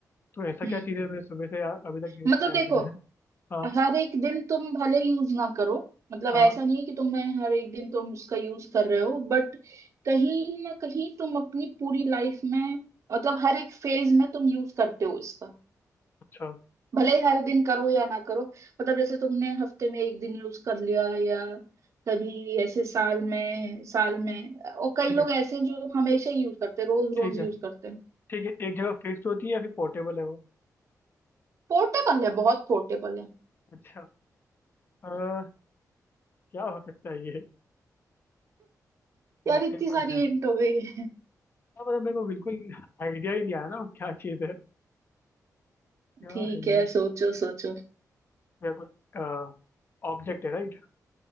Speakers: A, on the left; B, on the right.
A: तो ऐसा क्या
B: हम्म
A: चीज है मैंने सुबह से आ- अभी तक यूज
B: मतलब
A: किया
B: देखो
A: है मैंने हाँ
B: हर एक दिन तुम भले यूज ना करो मतलब
A: हाँ
B: ऐसा नहीं है कि तुम मैं हर एक दिन तुम उसका यूज कर रहे हो बट कहीं ना कहीं तुम अपनी पूरी लाइफ में मतलब हर एक फेज में तुम यूज करते हो इसका
A: अच्छा
B: भले ही हर दिन करो या ना करो मतलब जैसे तुमने हफ्ते में एक दिन यूज कर लिया या कभी ऐसे साल में साल में और कई
A: ठीक
B: लोग
A: है
B: ऐसे हैं जो हमेशा ही यूज करते हैं रोज
A: ठीक
B: रोज
A: है
B: यूज करते हैं
A: ठीक है एक जगह फिक्स्ड होती है या फिर पोर्टेबल है वो
B: पोर्टेबल है बहुत पोर्टेबल है
A: अच्छा अ, क्या हो सकता है ये पोर्टेबल
B: यार इतनी सारी
A: है
B: हिंट हो गई <laughs> है
A: हाँ, मतलब मेरे को बिल्कुल आइडिया ही नहीं आया ना वो क्या चीज है क्या
B: ठीक
A: है
B: है
A: ये
B: सोचो सोचो
A: मेरे को ऑब्जेक्ट है राइट